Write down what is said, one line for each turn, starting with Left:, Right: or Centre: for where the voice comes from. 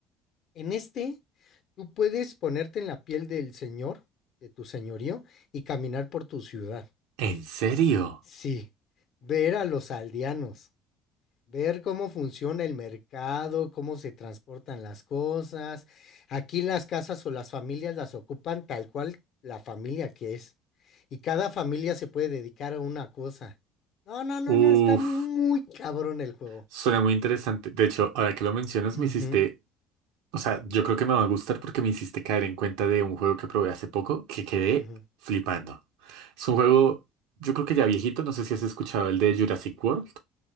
Left: En este, tú puedes ponerte en la piel del señor, de tu señorío, y caminar por tu ciudad.
Right: ¿En serio?
Left: Sí, ver a los aldeanos. Ver cómo funciona el mercado, cómo se transportan las cosas. Aquí las casas o las familias las ocupan tal cual la familia que es. Y cada familia se puede dedicar a una cosa. No, no, no,
Right: Uf,
Left: no, está muy cabrón el juego.
Right: suena muy interesante. De hecho, ahora que lo mencionas,
Left: Ujú,
Right: me hiciste O sea, yo creo que me va a gustar porque me hiciste caer en cuenta de un juego que probé hace poco que quedé
Left: ujú.
Right: flipando. Es un juego, yo creo que ya viejito, no sé si has escuchado el de Jurassic World.